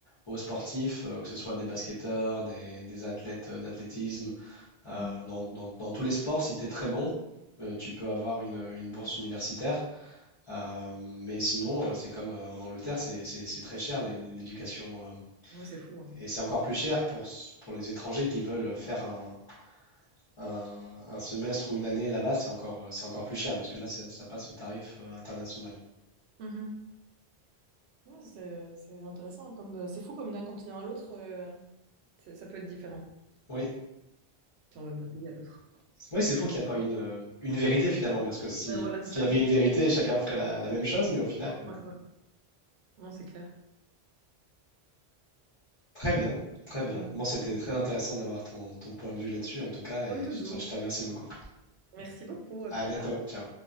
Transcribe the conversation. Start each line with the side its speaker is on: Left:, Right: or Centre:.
Left: aux sportifs, euh, que ce soit des basketteurs, des, des athlètes euh, d'athlétisme. Euh,
Right: Mhm.
Left: dans, dans- dans tous les sports, si tu es très bon, euh, tu peux avoir une, une bourse universitaire. Euh, mais sinon, euh, c'est comme euh, en Angleterre, c'est c'est- c'est très cher l'é- l'éducation. euh.
Right: Ouais, c'est fou. hein.
Left: et c'est encore plus cher pour, s- pour les étrangers qui veulent faire un, un, un semestre ou une année là-bas, c'est encore, euh, c'est encore plus cher parce que là, c'est- ça passe au tarif euh, international.
Right: Mhm. Ouais, c'est, c'est intéressant. Comme, euh, c'est fou comme d'un continent à l'autre. euh, C'est- Ça peut être différent,
Left: Oui,
Right: genre même d'un pays à l'autre.
Left: oui, c'est fou qu'il n'y a pas une, euh, une vérité finalement parce que si,
Right: Ouais, voilà,
Left: s'il
Right: c'est ça.
Left: y avait une vérité, chacun ferait la, la même chose, mais au final, euh,
Right: Ouais, ouais. Non, c'est clair.
Left: très bien, très bien.
Right: Ouais.
Left: Bon, c'était très intéressant d'avoir ton, ton point de vue là-dessus en tout cas et
Right: Comme toujours.
Left: je te je te remercie beaucoup.
Right: Merci beaucoup, à
Left: À
Right: plus
Left: bientôt,
Right: tard.
Left: ciao.